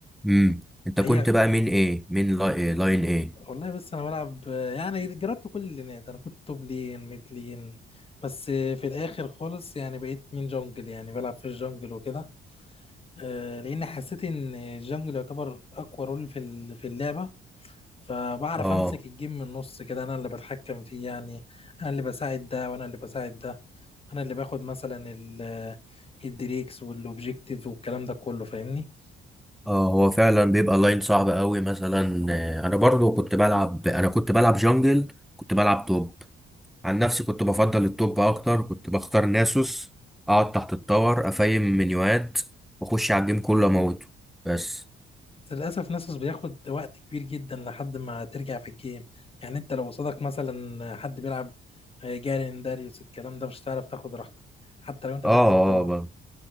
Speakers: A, in the centre; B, on the left.
A: امم انت
B: هي
A: كنت بقى مين ايه؟ مين لاي... إيه؟ لاين ايه؟
B: والله بس انا بلعب يعني جربت كل اللينات انا كنت توب لين ميد لين بس في الاخر خالص يعني بقيت من جونجل يعني بلعب في الجونجل وكده آه، لان حسيت ان الجونجل يعتبر اقوى رول في ال- في اللعبه فبعرف
A: اه
B: امسك الجيم من النص كده انا اللي بتحكم فيه يعني انا اللي بساعد ده وانا اللي بساعد ده انا اللي باخد مثلا ال- الدريكس والاوبجيكتيف والكلام ده كله فاهمني
A: اه هو فعلا بيبقى لاين صعب قوي مثلا آه، انا برضو كنت بلعب انا كنت بلعب جونجل كنت بلعب توب عن نفسي كنت بفضل التوب اكتر كنت بختار ناسوس اقعد تحت التاور افايم منيوات واخش على الجيم كله اموته بس
B: بس للأسف ناسوس بياخد وقت كبير جدا لحد ما ترجع في الجيم يعني انت لو قصادك مثلا حد بيلعب آه، جارين داريوس الكلام ده مش هتعرف تاخد راحتك حتى لو انت
A: اه
B: تحت التور
A: اه بقى.